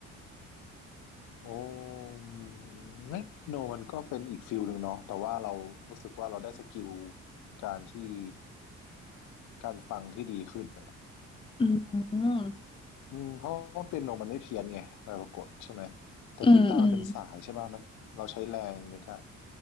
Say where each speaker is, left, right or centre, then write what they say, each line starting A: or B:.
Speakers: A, on the left (about 80°); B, on the left (about 15°).
A: โอ้เล่นเปียโนมันก็เป็นอีกฟิลหนึ่งเนาะแต่ว่าเรารู้สึกว่าเราได้สกิลการที่การฟังที่ดีขึ้นอะ
B: อืม
A: อืมเพราะว่าเปียโนมันไม่เพี้ยนไงเวลากดใช่ไหมแต่กีตาร์มันเป็นสายใช่ป่ะมันเราใช้แรงนี่ครับ
B: อืมอืม